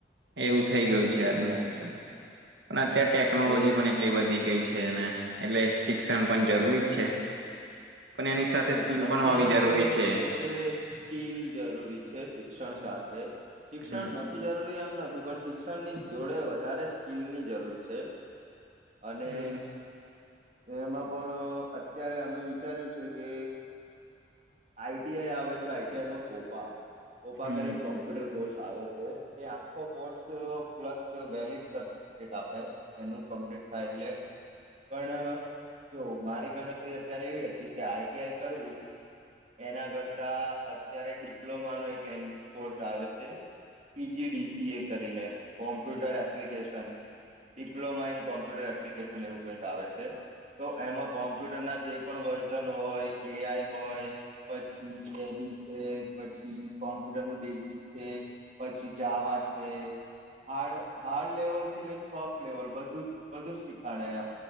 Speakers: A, on the right (about 80°); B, on the right (about 40°).
A: એવું થઇ ગયું છે
B: એજ
A: આજનું
B: ને
A: શિક્ષણ પણ અત્યારે ટેકનોલોજી
B: એજ
A: પણ એટલી વધી ગઈ છે છે અને એટલે શિક્ષણ પણ જરૂરી જ છે પણ એની સાથે
B: હમ
A: સ્કીલ
B: અત્યારે
A: પણ હોવી જરૂરી
B: તો
A: છે
B: જોકે સ્કીલ જરૂરી છે શિક્ષણ સાથે શિક્ષણ
A: હમ
B: નથી જરૂરી એમ નથી પણ શિક્ષણની જોડે વધારે સ્કીિલની જરૂર છે અને
A: હમ
B: એમાં પણ અત્યારે અમે વિચાર્યું છે કે આઈટીઆઈ આવે છે આઈટીઆઈમાં કોોપા ઓ પાા
A: હમ
B: કરીન કોમ્પ્યુટર કોર્સ આવે છે એ આખો કોર્સ પ્લસ વેલીડ સર્ટફિકેટ આપે એનું કમ્પ્લીટ થાય એટલે પણ જો મારી ગણતરી અત્યારે એવી હતી કે આઈટીઆઈ કરવું એના કરતા અત્યારે ડિપ્લોમા નો એક કોર્સ આવે છે પીજીડી કરીને computer application diploma in computer application એવું કઈક આવે છે તો એમાં કો કોમ્પ્યુટરના જે પણ વર્ઝન હોય એ આઈ હોય પછી સેલી છે પછી કોમ્પ્યુટર ન બેઝિક છે પછી જાવા છે હાર્ડ હાર્ડ લેવલ થી લઈને સોફ્ટ લેવલ બું બધું જ શીખાડે એમ